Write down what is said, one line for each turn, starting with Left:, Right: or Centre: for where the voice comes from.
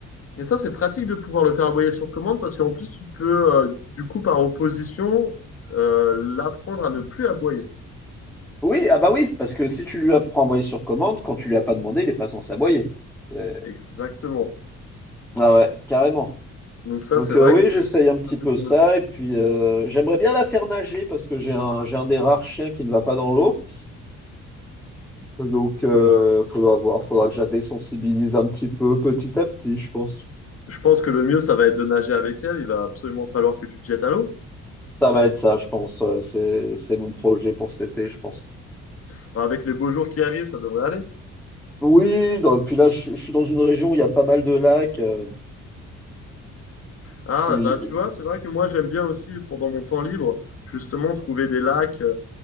Left: Et ça, c'est pratique de pouvoir le faire aboyer sur commande parce qu'en plus, tu peux, euh, du coup, par opposition, euh, l'apprendre à ne plus aboyer.
Centre: Oui, ah bah oui, parce que si tu lui apprends à aboyer sur commande, quand tu lui as pas demandé, il est pas censé aboyer. C'est-
Left: Exactement.
Centre: Ah ouais, carrément.
Left: Donc ça,
Centre: Donc
Left: c'est
Centre: euh,
Left: vrai
Centre: oui,
Left: que c'est...
Centre: j'essaye un petit
Left: ça peut
Centre: peu
Left: être
Centre: ça.
Left: une option.
Centre: Et puis euh, j'aimerais bien la faire nager parce que j'ai un, j'ai un des rares chiens qui ne va pas dans l'eau. Donc, euh, faudra voir, faudra que je la désensibilise un petit peu, petit à petit, je pense.
Left: Je pense que le mieux, ça va être de nager avec elle. Il va absolument falloir que tu te jettes à l'eau.
Centre: Ça va être ça, je pense. euh, C'est, c'est mon projet pour cet été, je pense.
Left: Enfin, Avec les beaux jours qui arrivent, ça devrait aller.
Centre: Oui, non, et puis là, je, je suis dans une région où il y a pas mal de lacs. euh,
Left: Ah,
Centre: je suis.
Left: bah tu vois, c'est vrai que moi, j'aime bien aussi, pendant mon temps libre, justement, trouver des lacs euh,